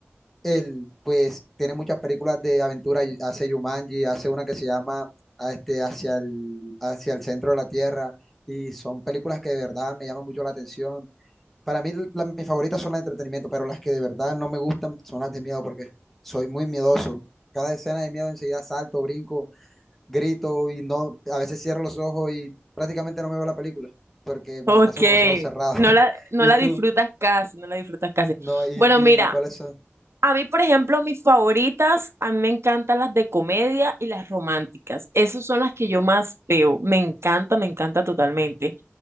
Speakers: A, in the centre; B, on the right.
A: Él, pues, tiene muchas películas de aventura, y hace Jumanji, hace una que se llama a este, hacia el, hacia el centro de la Tierra, y son películas que de verdad me llaman mucho la atención. Para mí, la- mis favoritas son las de entretenimiento, pero las que de verdad no me gustan son las de miedo, porque soy muy miedoso. Cada escena de miedo enseguida salto, brinco grito y no, a veces cierro los ojos y prácticamente no me veo la película porque
B: okay,
A: me la paso con los ojos cerrados.
B: no la,
A: <laughs>
B: no
A: ¿Y
B: la
A: tú?
B: disfrutas casi, no la disfrutas casi.
A: No, ¿y,
B: Bueno,
A: y
B: mira,
A: cuáles son?
B: A mí, por ejemplo, mis favoritas, a mí me encantan las de comedia y las románticas. Esas son las que yo más veo. Me encanta, me encanta totalmente.